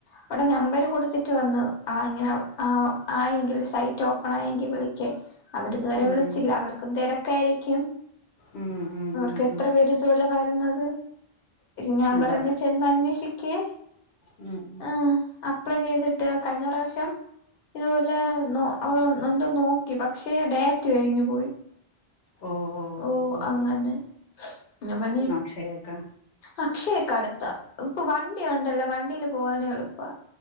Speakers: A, on the left; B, on the left.
A: അവിടെ നമ്പര് കൊടുത്തിട്ട് വന്നു ആ ഇങ്ങനെ ആ ആയെങ്കില് സൈറ്റ് ഓപ്പൺ ആയെങ്കി വിളിക്ക് അവര് ഇതുവരെ
B: ഉം
A: വിളിച്ചില്ല അവർക്കും തെരക്ക് ആയിരിക്കും
B: ഉം ഉം ഉം
A: ക്ക് എത്ര
B: ഉം
A: പേര് ഇതോലെ വരുന്നത് ഞാൻ
B: അതെ
A: പറഞ്ഞ് ചെന്ന് അന്വേഷിക്ക്
B: ഉം ഉം
A: ആഹ് അപ്ലൈ ചെയ്തിട്ട് കഴിഞ്ഞ പ്രാവശ്യം ഇതുപോലെ നോ അവള് എന്തു നോക്കി പക്ഷേ ഡേറ്റ് കഴിഞ് പോയി
B: ഓ ഓ
A: ഓഹ്
B: ഓ
A: അങ്ങനെ ഞാൻ പഞ്ഞ് ഈ -
B: അക്ഷയ ഒക്കെ
A: അക്ഷയൊക്കെ അടുത്താ ഇപ്പൊ വണ്ടി ഉണ്ടല്ലോ വണ്ടിയില് പോവാനും എളുപ്പവാ